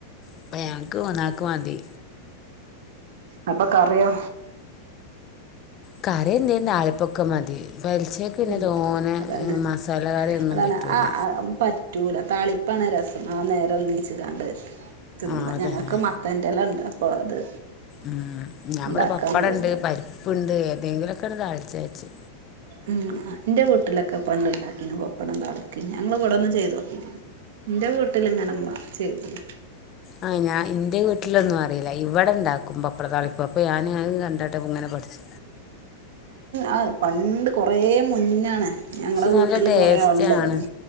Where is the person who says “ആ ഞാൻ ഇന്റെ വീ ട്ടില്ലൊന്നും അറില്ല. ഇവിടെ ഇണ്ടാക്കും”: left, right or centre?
Left